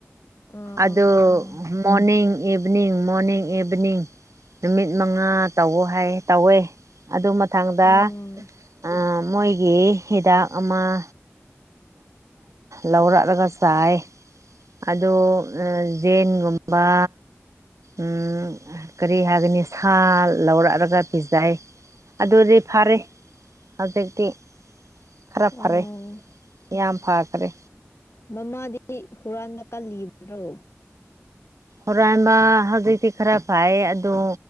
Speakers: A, on the left; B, on the right.
A: ꯑꯥ
B: ꯑꯗꯣ
A: ꯑꯥ ꯑꯥ
B: ꯃꯣꯔꯅꯤꯡ ꯏꯚꯅꯤꯡ ꯃꯣꯔꯅꯤꯡ ꯏꯚꯅꯤꯡ ꯅꯨꯃꯤꯠ ꯃꯉꯥ ꯇꯧꯋꯣ ꯍꯥꯏꯌ ꯇꯧꯋꯦ ꯑꯗꯨ ꯃꯊꯪꯗ__
A: ꯎꯝ
B: ꯑ ꯃꯣꯏꯒꯤ ꯍꯤꯗꯥꯛ ꯑꯃ___ ꯂꯧꯔꯛꯂꯒ ꯆꯥꯏ꯫ ꯑꯗꯣ ꯖꯦꯟꯒꯨꯝꯕ__ ꯎꯝ ꯀꯔꯤ ꯍꯥꯏꯒꯅꯤ ꯁꯥ ꯂꯧꯔꯛꯑꯒ ꯄꯤꯖꯩ꯫ ꯑꯗꯨꯗꯤ ꯐꯔꯦ ꯍꯧꯖꯤꯛꯇꯤ ꯈꯔ
A: ꯑꯣ
B: ꯐꯔꯦ ꯌꯥꯝ ꯐꯈꯔꯦ
A: ꯃꯃꯥꯗꯤ ꯍꯨꯔꯥꯟꯕ ꯀꯜꯂꯤꯕ꯭ꯔꯣ?
B: ꯍꯣꯔꯥꯟꯕ ꯍꯧꯖꯤꯛꯇꯤ ꯈꯔꯥꯄꯥꯏ ꯑꯗꯣ꯫